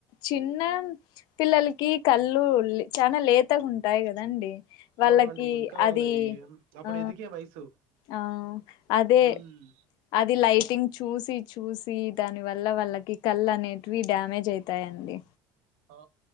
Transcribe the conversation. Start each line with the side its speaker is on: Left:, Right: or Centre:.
Left: చిన్న పిల్లలకి కళ్ళు చాలా లేతగా ఉంటాయి కదండి. వాళ్ళకి
Right: అవును అండి ఇంకా వాళ్ళవి
Left: అది
Right: అప్పుడు
Left: ఆ
Right: ఎదిగే వయసు.
Left: ఆ అదే
Right: ఉమ్,
Left: అది లైటింగ్ చూసి చూ చూసి దాని వల్ల వాళ్ళకి కళ్ళనేటివి డ్యామేజ్ అయితాయండి
Right: ఆ